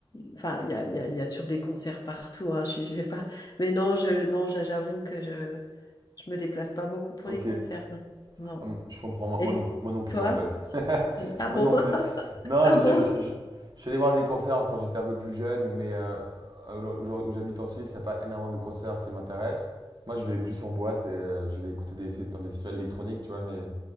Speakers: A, on the left; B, on the right.
A: Enfin, il y a, il y a, il y a toujours des concerts partout. Hein, je, je vais pas. Mais non, je, non, j'a- j'avoue que je, je me déplace pas beaucoup pour
B: OK.
A: les concerts. Non, non.
B: Hum, Je comprends, moi,
A: Et
B: moi non, moi non plus
A: toi?
B: en fait. <laughs>
A: Ah
B: Moi
A: bon?
B: non
A: <laughs>
B: plus. Non,
A: Ah
B: mais
A: bon?
B: je, je,
A: c'est-
B: je- je suis allé voir des concerts quand j'étais un peu plus jeune, mais euh, où, où j'habite en Suisse, il n'y a pas énormément de concerts qui m'intéressent. Moi, je vais plus en boîte et euh, je vais écouter des, fes- dans des festivals électroniques, tu vois, mais,